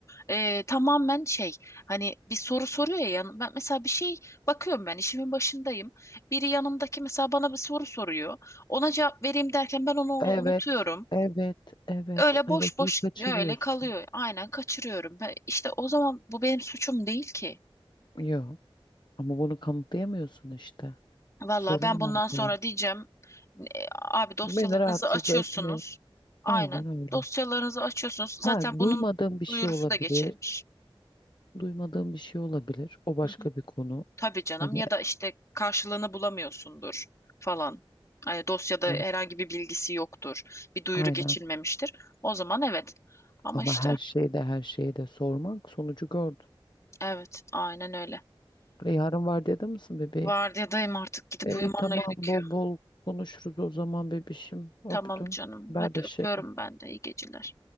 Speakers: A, on the left (about 30°); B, on the left (about 50°).
A: Ee, tamamen şey hani bir soru soruyor ya yan- ben mesela bir şey bakıyorum ben işimin başındayım. Biri yanımdaki mesela bana bir soru soruyor. Ona cevap vereyim derken ben onu orada
B: Evet,
A: unutuyorum.
B: evet, evet,
A: Öyle boş
B: evet.
A: boş
B: Bunu
A: gitmiyor,
B: kaçırıyorsun.
A: öyle kalıyor. Aynen kaçırıyorum. Ben, işte o zaman bu benim suçum değil ki.
B: Yok. Ama bunu kanıtlayamıyorsun işte.
A: Valla
B: Sorun
A: ben bundan
B: orada.
A: sonra diyeceğim e, abi dosyalarınızı
B: Beni rahatsız
A: açıyorsunuz.
B: etme.
A: Aynen
B: Aynen öyle.
A: dosyalarınızı açıyorsunuz. Zaten
B: Ha,
A: bunun
B: duymadığım bir şey
A: duyurusu
B: olabilir.
A: da geçilmiş.
B: Duymadığım bir şey olabilir. O başka
A: Hı hı.
B: bir konu.
A: Tabii canım
B: Hani
A: ya da işte karşılığını bulamıyorsundur falan. Hani dosyada herhangi
B: evet,
A: bir bilgisi yoktur. Bir duyuru
B: aynen.
A: geçilmemiştir. O zaman evet. Ama
B: Ama
A: işte
B: her şeyde her şeyi de sormak sonucu gördüm.
A: evet aynen öyle.
B: E, yarın var dedi misin bebeğim?
A: Vardiyadayım artık gidip
B: E,
A: uyumam
B: tamam
A: gerekiyor.
B: bol bol konuşuruz o zaman bebişim. Öptüm.
A: Tamam canım.
B: Haberleşelim.
A: Hadi öpüyorum ben de. İyi geceler.